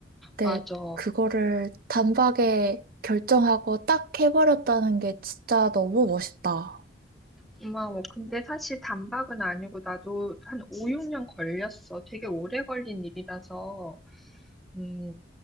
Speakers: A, on the right; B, in the centre.
A: 근데
B: 맞아.
A: 그거를 단박에 결정하고 딱 해버렸다는 게 진짜 너무 멋있다.
B: 고마워. 근데 사실 단박은 아니고 나도 한 5, 6년 걸렸어. 되게 오래 걸린 일이라서, 음,